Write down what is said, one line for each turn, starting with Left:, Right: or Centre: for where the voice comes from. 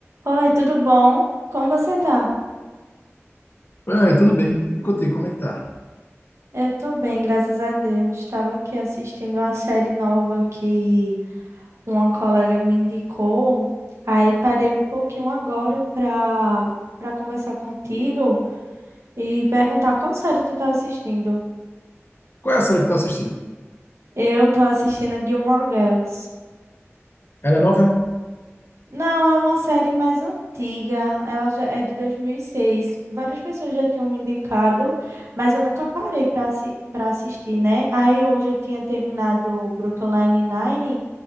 Right: Oi, tudo bom? Como você tá?
Left: É, tudo bem. E contigo, como é que tá?
Right: Eu tô bem, graças a Deus. Estava aqui assistindo uma série nova que uma colega me indicou. Aí parei um pouquinho agora pra, pra conversar contigo e perguntar qual série tu tá assistindo.
Left: Qual é a série que tu tá assistindo?
Right: Eu tô assistindo Gilmore Girls.
Left: Ela é nova? é?
Right: Não, é uma série mais antiga, ela já é de 2006. Várias pessoas já tinham me indicado, mas eu nunca parei para para assistir, né? Aí hoje eu tinha terminado o Brooklyn Nine-Nine,